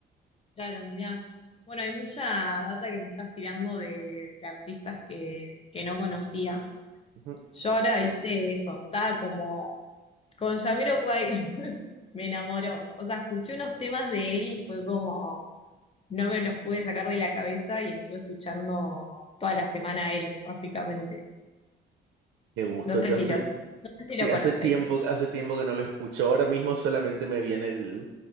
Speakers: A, on the left; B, on the right.
A: claro, mira. Bueno, hay mucha data que me estás tirando de, de artistas que, que no conocía.
B: Ujú.
A: Yo ahora, viste, eso, estaba como con Jamiroquai, <laughs> me enamoró. O sea, escuché unos temas de él y fue como, no me los pude sacar de la cabeza y estuve escuchando toda la semana a él, básicamente.
B: Qué gusto,
A: No sé
B: ya
A: si
B: hace,
A: lo, no sé si lo
B: sí,
A: conoces.
B: hace tiempo, hace tiempo que no lo escucho. Ahora mismo solamente me viene el,